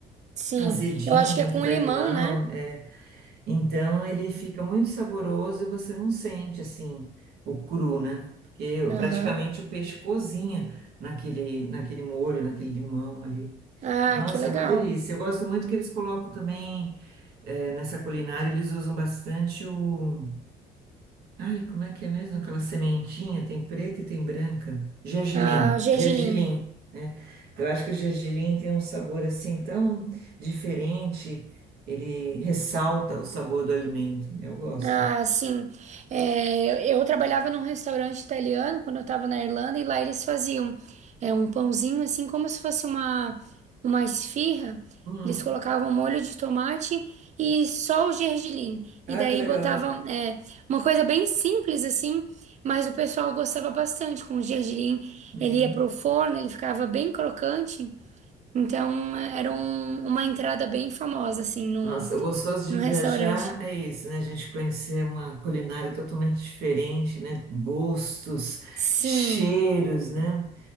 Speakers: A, on the right; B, on the right.
A: Sim,
B: Azedinho,
A: eu acho que é com
B: que vai
A: limão,
B: limão,
A: né?
B: é, então ele fica muito saboroso e você não sente assim o cru, né? Porque
A: Aham.
B: praticamente o peixe cozinha naquele, naquele molho, naquele limão ali.
A: Ah,
B: Nossa,
A: que legal.
B: é uma delícia. Eu gosto muito que eles colocam também é, nessa culinária eles usam bastante o. Ai, como é que é mesmo? Aquela sementinha, tem preta e tem branca. Gergelim,
A: Ah, gergelim.
B: gergelim, né? Eu acho que o gergelim tem um sabor assim tão diferente, ele ressalta o sabor do alimento, né? Eu gosto.
A: Ah, sim. É, eu, eu trabalhava num restaurante italiano quando eu estava na Irlanda e lá eles faziam é, um pãozinho assim como se fosse uma, uma esfirra.
B: Hum.
A: Eles colocavam molho de tomate e só o gergelim.
B: Ah,
A: E daí
B: que legal.
A: botavam é, uma coisa bem simples assim, mas o pessoal gostava bastante com o gergelim.
B: Uhum.
A: Ele ia pro forno, ele ficava bem crocante. Então era um- uma entrada bem famosa assim no,
B: Nossa, o gostoso de
A: no
B: viajar
A: restaurante.
B: é isso, né? A gente conhecer uma culinária totalmente diferente, né? Gostos,
A: Sim.
B: cheiros, né?